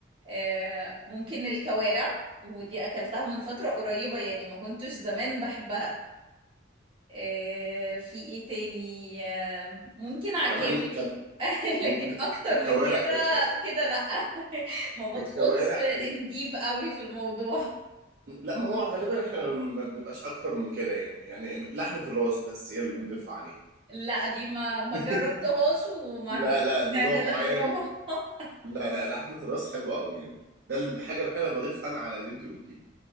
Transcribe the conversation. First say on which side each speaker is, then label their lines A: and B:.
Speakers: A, on the right (about 25°); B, on the right (about 55°).
A: آه، ممكن الكوارع ودي أكلتها من فترة قريبة يعني ما كنتش زمان بحبها آه، في إيه تاني آه، ممكن عكاوي
B: كمان كان
A: <laughs>
B: ممكن
A: لكن اكتر
B: الكوارع
A: من كده
B: الك-
A: كده لا <laughs> ما بدخلش
B: الكوارع
A: انديب قوي في الموضوع
B: لا ما هو غالبا احنا ما بنبقاش اكتر من كده يعني يعني لحمة الراس بس هي اللي بنضيف عليها
A: لا دي ما ما
B: <laughs>
A: جربتهاش وما
B: لا
A: عنديش
B: لا
A: استعداد
B: دي نوع معين
A: اجربها
B: من...
A: <laughs>
B: لا لا لحمة الراس حلوة قوي يعني ده اللي بحاجة الوحيدة اللي بضيفها انا على اللي انت قلتيه